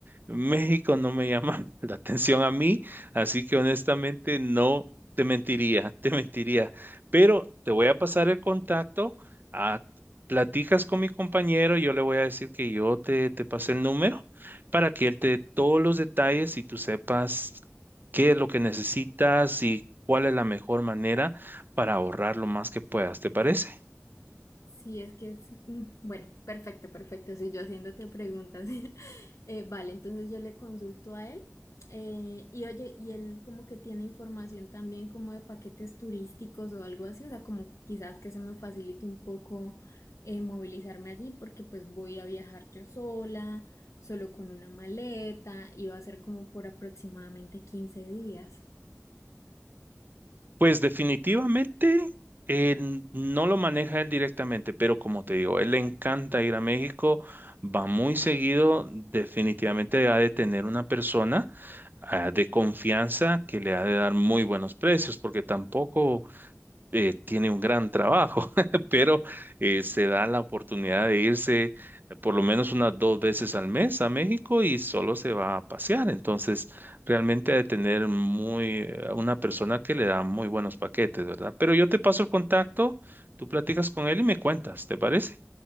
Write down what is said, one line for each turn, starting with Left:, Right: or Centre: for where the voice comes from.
Right: México no me llama <laughs> la atención a mí, así que honestamente no te mentiría, te mentiría. Pero te voy a pasar el contacto, ah, platicas con mi compañero, yo le voy a decir que yo te, te pasé el número para que él te dé todos los detalles y tú sepas qué es lo que necesitas y cuál es la mejor manera para ahorrar lo más que puedas. ¿Te parece?
Left: Sí, es que es... mm, Bueno, perfecto, perfecto. Si yo haciéndote preguntas. <laughs> Eh, vale, entonces yo le consulto a él. eh, y oye, y él como que tiene información también como de paquetes turísticos o algo así. O sea, como quizás que se me facilite un poco eh, movilizarme allí porque pues voy a viajar yo sola, solo con una maleta y va a ser como por aproximadamente 15 días.
Right: Pues definitivamente eh, n- no lo maneja él directamente, pero como te digo, él le encanta ir a México, va muy seguido, definitivamente ha de tener una persona ah, de confianza que le ha de dar muy buenos precios, porque tampoco eh, tiene un gran trabajo, <laughs> pero eh, se da la oportunidad de irse eh, por lo menos unas dos veces al mes a México y solo se va a pasear. Entonces, realmente ha de tener muy, eh, una persona que le da muy buenos paquetes, ¿verdad? Pero yo te paso el contacto, tú platicas con él y me cuentas, ¿te parece?